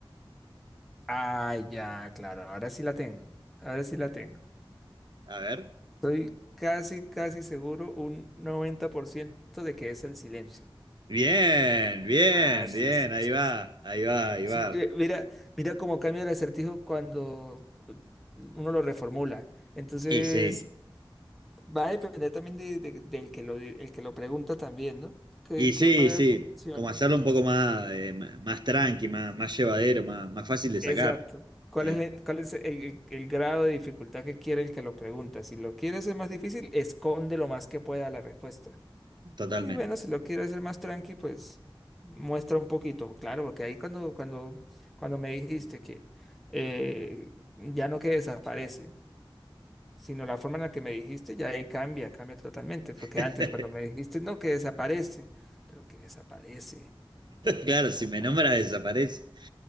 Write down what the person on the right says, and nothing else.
A ver.
Bien, bien,
bien,
ahí
va,
ahí va, ahí
va.
Y sí.
Y sí,
sí,
como hacerlo un poco más, eh, ma- más tranqui, más, más llevadero, más, más fácil de sacar.
Eh,
totalmente.
<laughs>
Claro, si
me nombras desaparece. <laughs>